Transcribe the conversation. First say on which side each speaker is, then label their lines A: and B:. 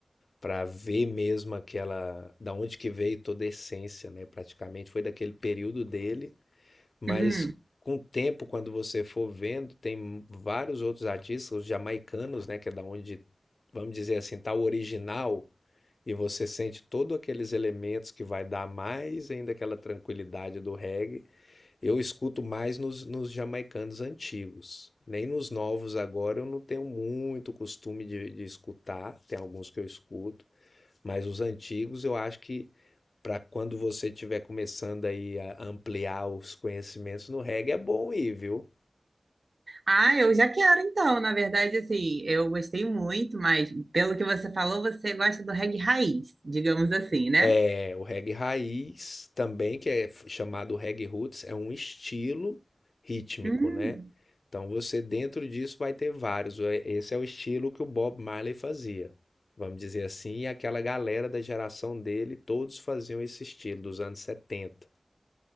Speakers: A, on the left; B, on the right.
A: para ver mesmo aquela, da onde que veio toda a essência, né? Praticamente foi daquele período dele mas
B: Hum.
A: com o tempo, quando você for vendo, tem vários outros artistas, os jamaicanos, né, que é da onde, vamos dizer assim, tá o original, e você sente todos aqueles elementos que vai dar mais ainda aquela tranquilidade do reggae. Eu escuto mais nos, nos jamaicanos antigos. Nem nos novos agora eu não tenho muito costume de, de escutar, tem alguns que eu escuto, mas os antigos eu acho que para quando você estiver começando aí a ampliar os conhecimentos no reggae, é bom ir, viu?
B: Ah, eu já quero então, na verdade, assim, eu gostei muito, mas pelo que você falou, você gosta do reggae raiz, digamos assim, né?
A: É, o reggae raiz também, que é chamado reggae roots, é um estilo rítmico,
B: Hum.
A: né? Então você dentro disso vai ter vários. É, Esse é o estilo que o Bob Marley fazia, vamos dizer assim, e aquela galera da geração dele, todos faziam esse estilo dos anos setenta